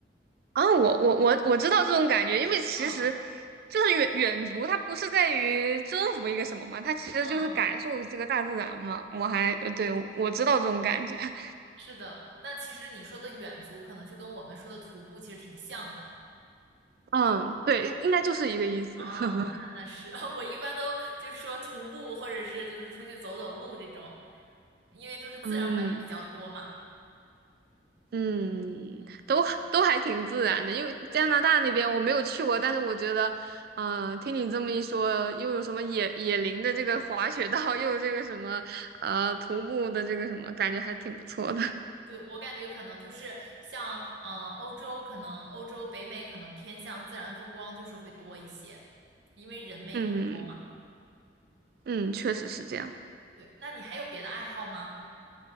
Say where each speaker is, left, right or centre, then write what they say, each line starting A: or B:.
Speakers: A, on the right; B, on the right.
A: 啊，我我我我知道这种感觉，因为其实
B: 嗯
A: 就是远远足，它不是在于征服一个什么嘛，它其实就是感受这个大自然嘛。
B: 嗯嗯。
A: 我还呃对我知道这种感觉，<laughs>
B: 是的，但其实你说的远足可能就跟我们说的徒步其实挺像的。
A: 嗯，对，应该就是一个意思。
B: 哦，
A: <laughs>
B: 那那是，<laughs> 我一般都就是说徒步或者是就是出去走走路这种，因为都是自然环境比较多嘛。
A: 嗯嗯，
B: 嗯，
A: 都都还挺自然的，因为加拿大那边我没有去过，
B: 对
A: 但是我觉得，嗯、听你这么一说，又有什么野野林的这个滑雪道，<laughs> 又有这个什么呃徒步的这个什么，感觉还挺不错的。<laughs>
B: 对，我感觉可能就是像嗯、呃欧洲，可能欧洲北美可能偏向自然风光就是会多一些，因为人没那么多嘛。
A: 嗯嗯，确实是这样。
B: 对，那你还有别的爱好吗？